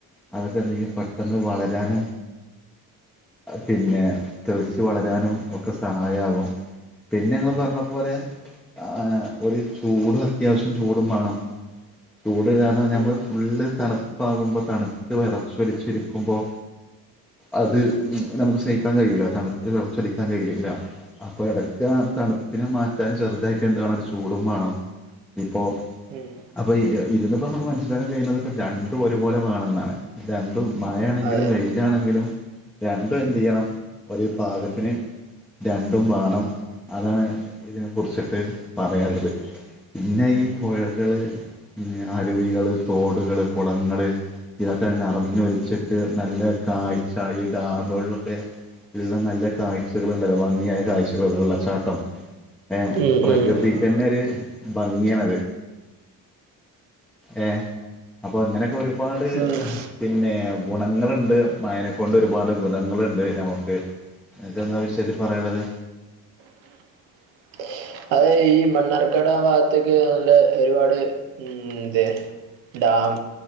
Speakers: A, in the centre; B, on the right.
A: അതൊക്കെ എന്തെങ്കും പെട്ടെന്ന് വളരാനും പിന്നെ തെളിച്ചു വളരാനും ഒക്കെ സഹായാകും പിന്നെ ഇങ്ങൾ പറഞ്ഞ പോലെ ആ ഒരു ചൂടും അത്യാവശ്യം ചൂടും വേണം ചൂട് കാരണം നമ്മള്
B: ഉം
A: ഫുള്ള് തണുപ്പാകുമ്പോൾ തണുത്ത വിറച്ചൊലിച്ചിരിക്കുമ്പോൾ അത് നമുക്ക് സഹിക്കാൻ കഴിയൂല തണുത്ത വിറച്ചടിക്കാൻ കഴിയൂല അപ്പൊ ഇടക്ക് ആ തണുപ്പിനെ മാറ്റാൻ ചെറുതായിട്ട് എന്ത്‌ വേണം ഒരു ചൂടും വേണം അപ്പോ
B: ഉം
A: അപ്പൊ ഇതിന്നിപ്പം നമുക്ക് മനസ്സിലാക്കാൻ കഴിയുന്നത് രണ്ടും ഒരുപോലെ വേണം എന്നാണ് രണ്ടും മഴയാണെങ്കിലും
B: അതെ
A: വെയിലാണെങ്കിലും രണ്ടും എന്ത് ചെയ്യണം ഒരു പാകത്തിന് രണ്ടും വേണം അതാണ് ഇതിനെ കുറിച്ചിട്ട് പറയാനുള്ളത് പിന്നെ ഈ പുഴകള് അരുവികള് തോടുകള് കുളങ്ങള് ഇതൊക്കെ നിറഞ്ഞു ഒലിച്ചിട്ട് നല്ല കാഴ്ച ഈ ഡാമുകളിലൊക്കെ ഉള്ള നല്ല കാഴ്ചകൾ ഉണ്ടല്ലോ ഭംഗിയായ കാഴ്ചകൾ വെള്ളച്ചാട്ടം ഏ
B: ഉം
A: പ്രകൃതിക്കെന്നെ
B: ഉം
A: ര് ഭംഗിയാണത് ഏ അപ്പൊ ഇങ്ങനെയൊക്കെ ഒരുപാട്
B: ഉം
A: പിന്നെ ഗുണങ്ങളുണ്ട് മഴയനെക്കൊണ്ട് ഒരുപാട് ഉപദ്രവങ്ങളുണ്ട് നമുക്ക് അനക്കെന്താ ആ വിഷയത്തിൽ പറിയാനുള്ളത്
B: <unintelligible> അതെ ഈ മണ്ണാർക്കട് ആ ഭാഗത്തേക്ക് നല്ല ഒരുപാട് ഉം തെ ഡാം